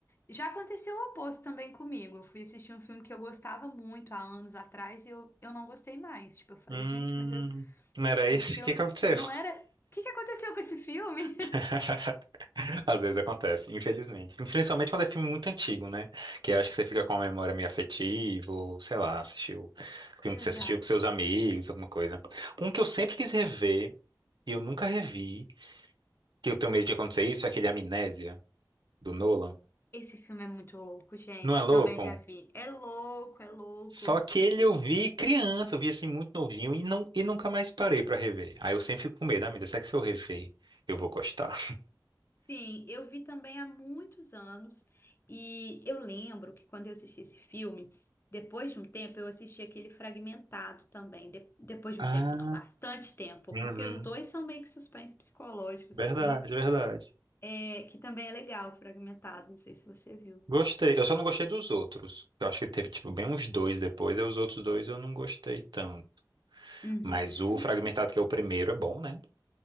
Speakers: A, on the left (about 30°); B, on the right (about 85°).
A: Já aconteceu o oposto também comigo. Eu fui assistir um filme que eu gostava muito há anos atrás e eu, eu não gostei mais. Tipo, eu falei,
B: Hum,
A: gente, mas eu,
B: não era esse?
A: esse filme
B: O que aconteceu?
A: não era. O que que aconteceu com esse filme?
B: <laughs> <laughs> Às vezes acontece, infelizmente. Principalmente quando é filme muito antigo, né? Que eu acho que você fica com uma memória meio afetiva, ou sei lá, assistiu
A: <laughs>
B: filme
A: Exato.
B: que você assistiu com seus amigos, alguma coisa. Um que eu sempre quis rever, e eu nunca revi, que eu tenho medo de acontecer isso, é aquele Amnésia, do Nolan.
A: Esse filme é muito louco, gente.
B: Não é louco?
A: Também já vi. É louco, é louco.
B: Só que ele eu vi criança, eu vi assim muito novinho e, não, e nunca mais parei pra rever. Aí eu sempre fico com medo, ah, meu Deus, será que se eu rever, eu vou gostar?
A: Sim, eu vi também há muitos anos e eu lembro que quando eu assisti esse filme, depois de um tempo eu assisti aquele fragmentado também, de- depois de
B: Ah,
A: um tempo não, bastante tempo,
B: uhum,
A: porque os dois são meio que suspense psicológicos
B: verdade,
A: assim,
B: verdade.
A: é, que também é legal, fragmentado, não sei se você viu.
B: Gostei. Eu só não gostei dos outros. Eu acho que teve, tipo, bem uns dois depois. Aí os outros dois eu não gostei tanto.
A: Uhum.
B: Mas o Fragmentado, que é o primeiro, é bom, né?